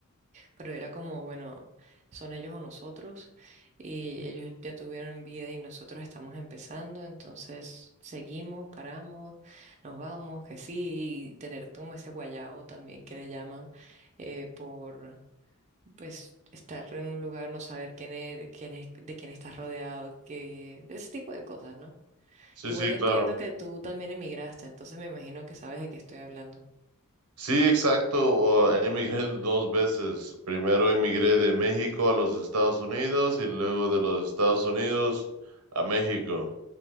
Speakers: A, on the right (about 30°); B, on the right (about 80°).
A: pero era como, bueno, son ellos o nosotros, y ellos ya tuvieron vida y nosotros estamos empezando, entonces seguimos, paramos, nos vamos, que sí, y tener como ese guayao también que le llaman eh, por, pues, estar en un lugar, no saber quién es, quién es, de quién estás rodeado, que ese tipo de cosas, ¿no?
B: Sí,
A: Igual
B: sí,
A: entiendo
B: claro.
A: que tú también emigraste, entonces me imagino que sabes de qué estoy hablando.
B: Sí, exacto, o- emigré dos veces. Primero emigré de México a los Estados Unidos y luego de los Estados Unidos a México.